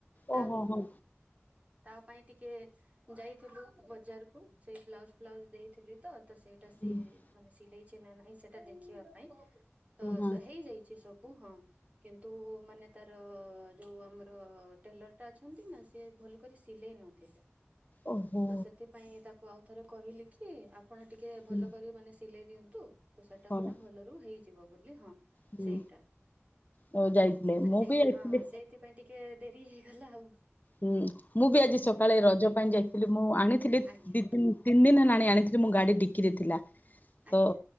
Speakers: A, on the right; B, on the left.
A: ତା
B: ଓହୋ ହଁ
A: ତା ପାଇଁ ଟିକେ ଯାଇଥିଲୁ ବଜାରକୁ। ସେଇ ବ୍ଲାଉଜ ଫ୍ଲାଉଜ ଦେଇଥିଲି ତ ତ ସେଇଟା ସିଏ
B: ହଁ
A: ମାନେ ସିଲେଇ କରିଛି ନା ନାଇଁ ସେଇଟା ଦେଖିବା ପାଇଁ। ତ
B: ହଁ
A: ହେଇଯାଇଛି ସବୁ। ସବୁ ହଁ କିନ୍ତୁ ମାନେ ତାର ଯୋଉ ଆମର ଟେଲର ଟା ଅଛନ୍ତି ନା ସିଏ ଭଲ କରି ସିଲେଇ ନଥିଲେ।
B: ଓହୋ
A: ତ ସେଥିପାଇଁ ତାକୁ ତାକୁ ଆଉ ଥରେ କହିଲି କି? ଆପଣ ଟିକିଏ ଭଲ
B: ହୁଁ
A: କରି ମାନେ ସିଲେଇ ଦିଅନ୍ତୁ। ତୁ ତ ସେଟା
B: ହଁ
A: ମାନେ ଭଲରୁ ହେଇ ଯିବ ବୋଲି ହଁ
B: ହୁଁ
A: ସେଇଟା
B: ଓ ଯାଇଥିଲେ ମୁଁ
A: ସେଇ
B: ବି ଯାଇଥିଲି
A: ହଁ ସେଇଥିପାଇଁ ଟିକେ ଟିକେ ଡେରି ହେଇଗଲା ଆଉ
B: ହୁଁ ମୁଁ ବି ଆଜି ସକାଳେ
A: ଆଜ୍ଞା।
B: ରଜ ପାଇଁ ଯାଇଥିଲି ମୁଁ ଆଣିଥିଲି।
A: ଆଜ୍ଞା
B: ତି ତିନି ଦିନି ହେଲାଣି ଆଣିଥିଲି ମୋ ଗାଡି ଡିକିରେ ଥିଲା। ତ
A: ଆଜ୍ଞା